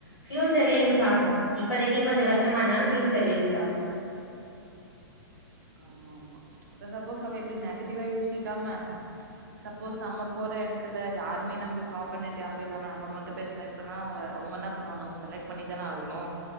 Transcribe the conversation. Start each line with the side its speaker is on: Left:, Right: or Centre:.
Left: ஃபியூச்சர்ல யூஸ் ஆகூ இப்பதைக்கு கொஞ்சோ கஷ்டமா இருந்தாலு ஃபியூச்சர்ல யூஸ் ஆகும்
Right: ஆமா ஆமா இப்ப சப்போஸ் நம்ம எப்டி நெகட்டிவா யோசிக்காம சப்போஸ் நம்ப போற எடத்துல யாருமே நம்பளுக்கு ஆப்போனெண்ட் யாரும் இல்லாம நம்ப மட்டும் போய் செலக்ட் பண்ணா அவங்க என்ன பண்ணுவா நம்ப செலக்ட் பண்ணிதானே ஆகணு